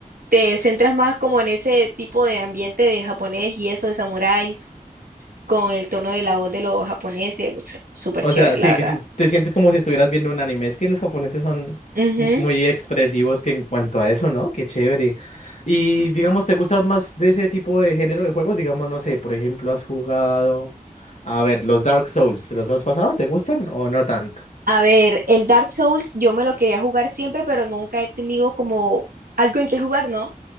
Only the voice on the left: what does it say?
O
sea, sí,
que si- te sientes como si estuvieras viendo un anime. Es que los japoneses son
mu- muy expresivos que en cuanto a eso, ¿no? Qué chévere. Y digamos, ¿te gusta más de ese tipo de género de juegos? Digamos, no sé, por ejemplo, has jugado... A ver, los Dark Souls, ¿te los has pasado? ¿Te gustan o no tanto?